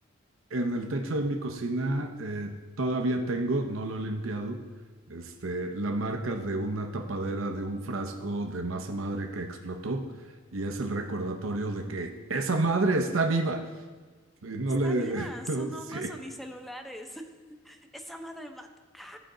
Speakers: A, on the right; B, in the centre.
A: en el techo de mi cocina eh, todavía tengo, no lo he limpiado, este, la marca de una tapadera de un frasco de masa madre que explotó y es el recordatorio de que esa madre está viva. Y no
B: Está
A: le...
B: viva, son
A: <laughs> Sí.
B: hongos unicelulares. <laughs> Esa madre mata. ¡Ah!